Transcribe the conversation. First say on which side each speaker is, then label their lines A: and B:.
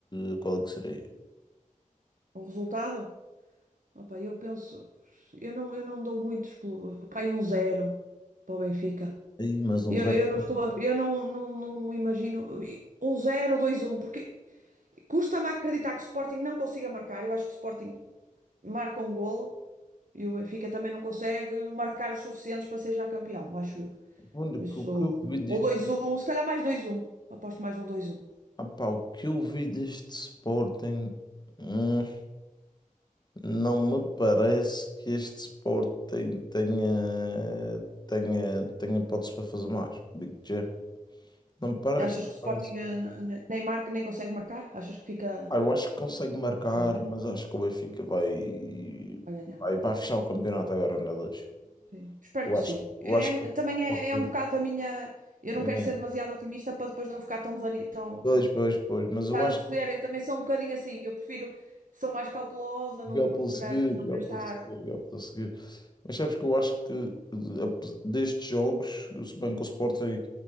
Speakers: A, on the left (about 30°); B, on the right (about 70°).
A: eh, qual é que seria?
B: um resultado. Opa, eu penso, eu não, eu não dou muitos, pelo- pá, aí um zero para o Benfica.
A: Aí, mas um
B: Eu,
A: zero.
B: eu não estou a, eu não, não, não imagino e um zero, dois, um, porque custa-me acreditar que o Sporting não consiga marcar. Eu acho que o Sporting marca um golo e o Benfica também não consegue marcar os suficientes para ser já campeão, acho eu.
A: Olha,
B: Por
A: que
B: isso,
A: o que eu vi
B: ou dois um se calhar mais dois um Aposto mais no dois um
A: Ah pá, o que eu vi deste Sporting, hum, não me parece que este Sporting tenha, tenha, tenha hipótese para fazer mais. Digo-te já. Não me parece,
B: Achas que o Sporting
A: não me parece.
B: eh, n- n- nem marca, nem consegue marcar? Achas que fica
A: Ah, eu acho que consegue marcar,
B: Pois é,
A: mas acho que o Benfica vai,
B: a ganhar?
A: vai, vai fechar o campeonato agora na 2.
B: Sim, espero
A: Eu
B: que
A: acho,
B: sim.
A: eu
B: É-
A: acho que o
B: também
A: Sporting.
B: é, é um bocado a minha. Eu
A: é.
B: não quero ser demasiado otimista para depois não ficar tão desanimada. Tão...
A: Pois, pois, pois, mas
B: Estás
A: eu acho
B: a perceber?
A: que.
B: Eu também sou um bocadinho assim. Eu prefiro. Sou mais cautelosa, não,
A: Jogar
B: não
A: pelo seguro,
B: querer, não
A: jogar
B: querer estar.
A: pelo seguro, jogar pelo seguro. Mas sabes que eu acho que eh, ape- destes jogos, se bem que o Sporting